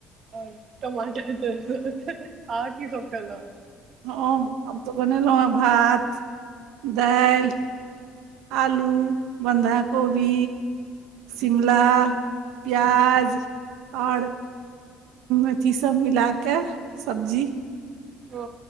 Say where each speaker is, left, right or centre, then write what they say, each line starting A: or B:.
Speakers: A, on the right (about 40°); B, on the right (about 80°).
A: आओर टमाटर त आहाँ कि सब खेलै
B: हम हम तऽ बनेलै है भात दालि आलू बन्धाकोबी शिमला प्याज ओर अथी सब मिलाकेऽ सब्जी
A: ओ